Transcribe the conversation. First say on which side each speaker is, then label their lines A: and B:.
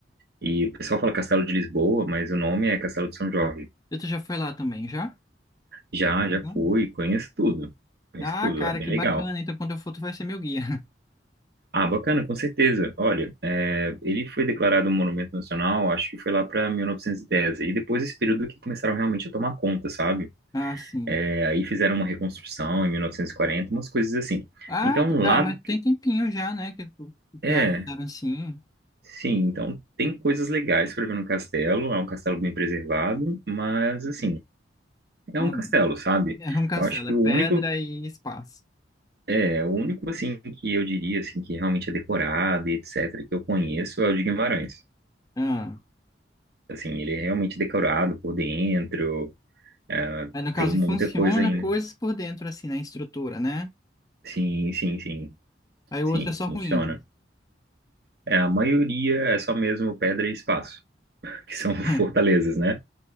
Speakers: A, on the right (about 55°); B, on the left (about 20°).
A: E o pessoal fala Castelo de Lisboa, mas o nome é Castelo de São Jorge.
B: E Tu já foi lá também, já?
A: Já,
B: Bacana.
A: já fui, conheço tudo. Conheço
B: Ah,
A: tudo,
B: cara,
A: é bem
B: que
A: legal.
B: bacana. Então, quando eu for, tu vai ser meu guia. <laughs>
A: Ah, bacana, com certeza. Olha, é, ele foi declarado um monumento nacional, acho que foi lá para 1910. E dez. E depois esse período que começaram realmente a tomar conta, sabe?
B: Ah, sim.
A: É, aí fizeram uma reconstrução em 1940, umas coisas assim.
B: Ah,
A: Então
B: tu- cara,
A: lá,
B: mas tem tempinho já, né? Que o o castelo,
A: é,
B: assim...
A: Sim, então tem coisas legais para ver no castelo. É um castelo bem preservado, mas assim, é
B: ah,
A: um castelo, sabe?
B: É um castelo,
A: Eu acho que
B: é
A: o
B: pedra
A: único,
B: e espaço.
A: é o único assim que eu diria assim que realmente é decorado e etc, que eu conheço é o de Guimarães.
B: Ah.
A: Assim, ele é realmente decorado por dentro, é,
B: Aí, no caso,
A: tem muita
B: funciona
A: coisa aí, né?
B: coisas por dentro, assim, na estrutura, né?
A: Sim, sim, sim,
B: Aí
A: sim,
B: o outro é só
A: funciona.
B: ruína.
A: É, a maioria é só mesmo pedra e espaço, que são
B: <laughs>
A: <laughs> fortalezas, né?